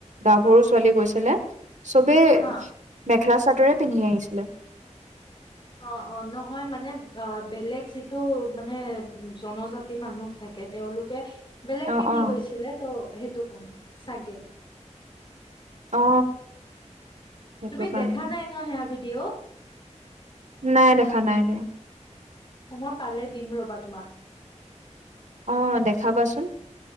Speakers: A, on the right (about 70°); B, on the left (about 40°).
A: গাভৰু ছোৱালী গৈছিলে চবেই
B: হা
A: মেখেলা চাদৰে পিন্ধি আহিছিলে।
B: অ অ নহয় মানে অ বেলেগ যিটো মানে জনজাতি মানুহ থাকে তেওঁলোকে বেলেগ
A: অ
B: পিন্ধি
A: অ
B: গৈছিলে ত' সেইটো কাৰণে চাগে
A: অ সেইটো
B: তুমি
A: কাৰণে
B: দেখা নাই ন সেয়া ভিডিঅ'
A: নাই দেখা, নাই, নাই।
B: সময় পালে দিম ৰবা তোমাৰ।
A: অ', দেখাবাচোন।